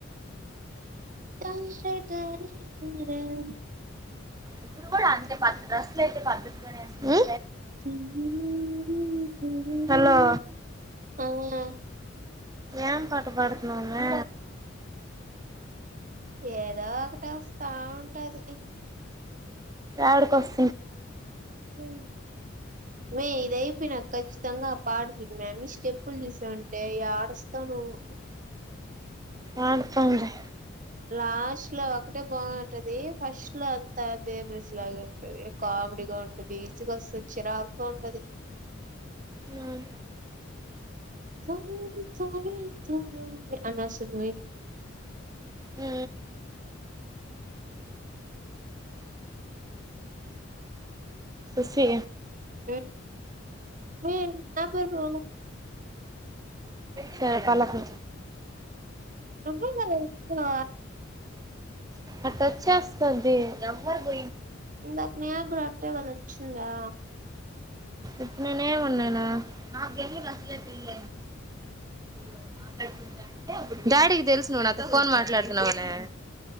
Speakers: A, on the right (about 40°); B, on the right (about 20°).
A: <unintelligible> ఆ
B: ప్పుడు గుడా అంతే పద్ద్ద అస్లు అయితే పద్ధతి ఉ
A: <unintelligible>
B: హలో
A: ఔన
B: ఏం పాట పాడుతున్నవ్ మీ
A: ఏదో ఒకటి ఒస్తా ఉంటది
B: ఎడు కొస్
A: ఆ మీ ఇదై చెప్ప నాకు ఖచ్చితంగా ఆ పాట చూినన్ని స్టెప్పులు చూసా అంటే ఆడస్తా నువ్వు
B: ఆ ప ఉంది
A: లాస్ట్ లో ఒక్కటే బాగుంటది. ఫస్ట్ లో అంతా దే బెస్ లాగా ఉం. కామ్డీగా ఉంటందిచగా స చిరాక్గా ఉంటది
B: ఉమ్
A: త త త అనాసును
B: ఉ ససి
A: ఏ మ నాపేరు
B: స పాలకు
A: రొమ క
B: అచ్చస్తుందిారు బంగ్
A: నాకు నాకు కూడా అట్లాగే దొరికి చింన్లా.
B: ఇట్లానే ఉన్నదా. ఆహ్ మళ్లీ మళ్లీ వాళ్లు మాట్లాడుకుంటానే. డాడీకి తెలుసు నువ్వు నాతో ఫోన్ మాట్లాడుతున్నావు అని.